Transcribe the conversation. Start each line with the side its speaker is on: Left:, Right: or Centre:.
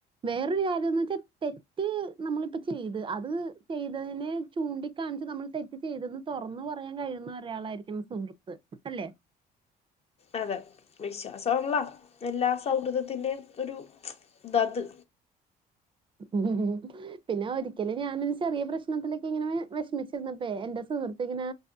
Right: വേറൊരു കാര്യംന്ന് വെച്ചാ തെറ്റ് നമ്മളിപ്പ ചെയ്ത്. അത് ചെയ്തതിന്. ചൂണ്ടിക്കാണിച്ച് നമ്മൾ തെറ്റ് ചെയ്തെന്ന് തൊറന്ന് പറയാൻ കഴിയുന്ന ഒരാളായിരിക്കും സുഹൃത്ത് അല്ലെ.
Left: അതെ വിശ്വാസവുള്ള എല്ലാ സൗഹൃദത്തിന്റെയും ഒരു തത്.
Right: ഉം ഹ്ഹ്ഹ് പിന്നെ ഒരിക്കല് ഞാനൊരു ചെറിയ പ്രശ്നത്തിലൊക്കിങ്ങനെ വെഷമിച്ചിരുന്നപ്പേ എന്റെ സുഹൃത്ത്. ത്തിങ്ങെനെ